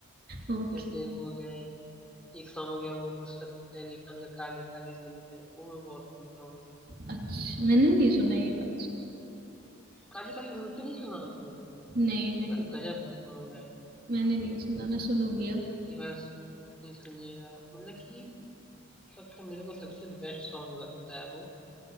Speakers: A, in the centre; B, on the right (about 45°).
A: <laughs>
B: ओके
A: जैसे वो हो गया एक, एक सॉन्ग हो गया वो नुसरत फतेह अली खान का काली काली जुल्फें वो मैं बहुत सुनता हूँ
B: अच्छा मैंने नहीं सुना ये वाला सॉन्ग
A: काली काली जुल्फें नहीं सुना आपने
B: नहीं
A: कितना
B: मैंने
A: गजब का सॉन्ग है
B: मैंने नहीं सुना मैं सुनूंगी अब
A: एक बार सु- नहीं सुनिएगा आप मतलब कि अब तक का मेरे को सबसे बेस्ट सॉन्ग लगता है वो